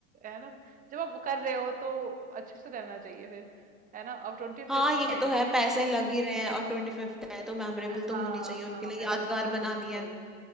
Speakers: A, on the right; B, in the centre.
A: है ना जब आप कर रहे हो तो अच्छे से करना चाहिए फिर है ना अब ट्वेंटी
B: हाँ
A: फिफ्थ
B: ये
A: है
B: तो है
A: भी
B: पैसे लग ही रहे हैं और ट्वेंटी फिफ्थ है तो मेमोरेबल
A: हाँ
B: तो होनी चाहिए उनके
A: हाँ
B: लिए
A: मेमोरेबल
B: यादगार
A: तो
B: बनानी
A: होनी चाहिए
B: है